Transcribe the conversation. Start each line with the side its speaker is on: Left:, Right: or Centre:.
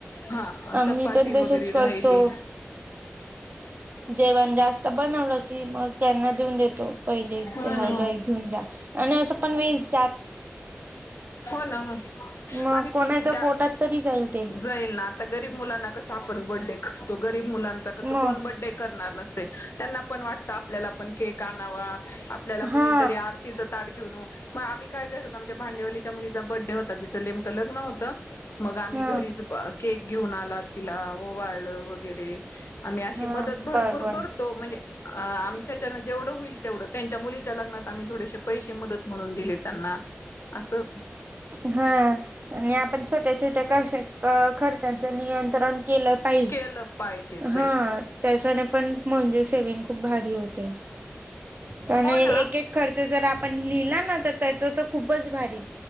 Left: हा चपाती
Right: मी पण तसच
Left: वगैरे
Right: करतो.
Left: राहिली
Right: जेवण जास तबनलं की मग त्यांना देऊन देतो पहि
Left: हो
Right: राहिल
Left: ना
Right: घेऊन जा आणि अस पण मी <unintelligible>
Left: हो ना हो
Right: मग
Left: आणि
Right: कोणाच्या
Left: त्या
Right: पोटात तरी जाईल ते.
Left: जाईल ना आता गरीब मुलांना कस आपण बर्डे तो गरीब ब
Right: मग
Left: कर त्यांण वा आपल्या के का नावा आपल्याला कुणीतरी
Right: हा
Left: आरतीच ताड घेऊन मग आम् काय करसतात आमच्या भांडेवलीच्या मुलीचा बर्थडे होता तिं नेमकं लगनतं मग आम्ही
Right: हा.
Left: घरीच केक घेऊन आला तिला व वाळ वगैरे आम्ही अशी
Right: हा
Left: मदत भरपूर
Right: बर बर.
Left: करतो म्हणजे आमच्यानं जेवढं होईल तेवढं त्यांच्या मुलीच्या लग्नात आम्ही थोडेसे पैसे मदत म्हणून दिले त्यांना असं
Right: हा आणि आपण छोट त्याचे त्या कर् खर्चाचं नियंत्रण पा
Left: केलं पाहिजेच
Right: ह
Left: आहे.
Right: त्या पण म्हणजेे खूप भारी होते प
Left: हो
Right: एक
Left: ना
Right: एक खर्च जर आप पण लिहिला ना तर त्या तर तर खूपच भारी